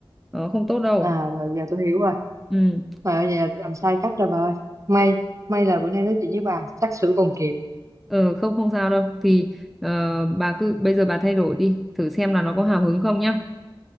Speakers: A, in the centre; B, on the right.
A: Nó không tốt đâu.
B: à rồi giờ tôi hiểu rồi
A: Ừ.
B: mà bây giờ tôi làm sai cách rồi bà ơi may may là bữa nay nói chuyện với bà xác sửa còn kịp
A: Ờ, không không sao đâu. Thì ờ, bà cứ bây giờ bà thay đổi đi, thử xem là nó có hào hứng không nhá.